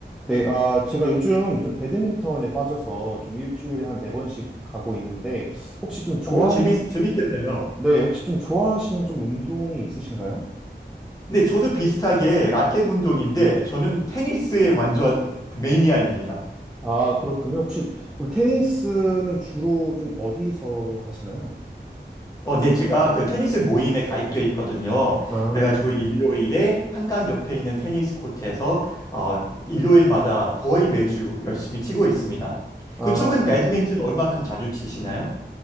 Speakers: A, in the centre; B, on the left (about 20°).
A: 네, 아, 제가 요즘 좀 배드민턴에 빠져서 좀 일주일에 한 네 번씩 가고 있는데, 혹시 좀 좋아하는,
B: 오, 재밌, 재밌겠네요.
A: 네, 혹시 좀 좋아하시는 좀 운동이 있으신가요?
B: 근데 저도 비슷하게 라켓 운동인데 저는 테니스의 완전 그 매니아입니다.
A: 아, 그렇군요. 혹시 그럼 테니스는 주로 좀 어디서 하시나요?
B: 어, 네, 제가 그 테니스 모임에 가입돼 있거든요.
A: 아,
B: 그래가지고 일요일에 한강 옆에 있는 테니스 코트에서 어, 일요일마다 거의 매주 열심히 치고 있습니다.
A: 아,
B: 그쪽은 배드민턴 얼마큼 자주 치시나요?